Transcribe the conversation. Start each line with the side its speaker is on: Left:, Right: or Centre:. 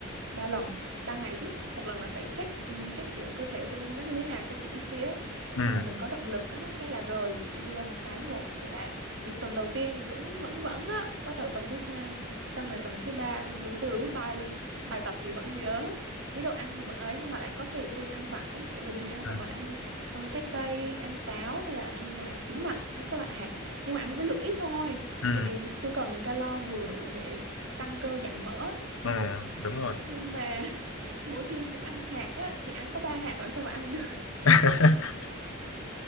Right: ba lần ba ngày chứ một lần là phải check ừ, check kiểu cơ thể xem nó như thế nào cho chị PT ấy
Left: Ừ.
Right: xong rồi mình có động lực á cái là rời chị PT ra một cái một là được tuần đầu tiên thì cũng vẫn vẫn á bắt đầu tuần thứ hai xong rồi tuần thứ ba xong tuần thứ tư là goodbye luôn bài tập thì vẫn nhớ chế độ ăn thì vẫn ấy nhưng mà lại có kèm thêm ăn vặt á kiểu bình thường ăn
Left: Ừ.
Right: vặt là ăn ờ, trái cây ăn táo hay là hay là yến mạch hay các loại hạt nhưng mà ăn với lượng ít thôi
Left: Ừ.
Right: tại vì tôi cần calo vừa đủ để tăng cơ giảm mỡ á.
Left: Ừ. Đúng rồi.
Right: nhưng mà <laughs> mỗi khi muốn ăn hạt á thì ăn có ba hạt làm sao mà ăn được
Left: <laughs>